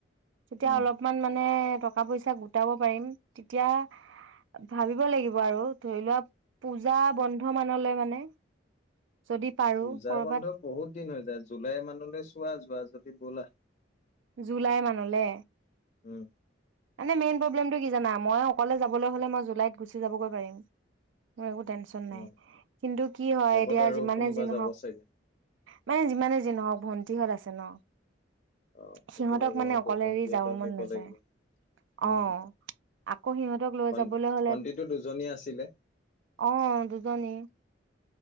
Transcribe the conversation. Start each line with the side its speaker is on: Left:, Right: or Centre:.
Right: তেতিয়া
Left: উম
Right: অলপমান মানে কা পইচা গোটাব পাৰিম তেতিয়া ভাবিব লাগিব আৰু ধৰি লোৱা পূজা বন সমানলৈ মানে যদি পাৰো
Left: পূজা
Right: কৰ'বাত
Left: বন্ধ বহুত দিন হৈ যায় জুলাই মানলৈ চোৱা যোৱা। যদি ব'লা।
Right: জোলাই মানুলে
Left: উম
Right: এে মেইন প্রব্লেমটো কি জানা? মই অকলে যাবলৈ হলে মই জুলাইত গুছি যাবগৈ পাৰিম। <unintelligible> ম একো টেনচন নাই
Left: অ
Right: কিন্তু কি হয়
Left: লগত
Right: এতিয়া
Left: আৰু
Right: যিমানে
Left: কোনোবা
Right: যি
Left: যাব
Right: নহক
Left: চাগে
Right: মানে যিমানে নহক ভি <inaudible> হত আছে ন
Left: অ সেইটো
Right: সিহঁতক
Left: হয় বাৰু
Right: মানে
Left: আকৌ
Right: অকলেৰি
Left: ভন্টিহঁতক
Right: যাব মন
Left: নিব
Right: নাযায়
Left: লাগিব উম
Right: আহ আকৌ সিহঁতক লৈ
Left: ভন
Right: যাবলৈ হলে
Left: ভন্টিটো দুজনী আছিলে
Right: আহ দুজনী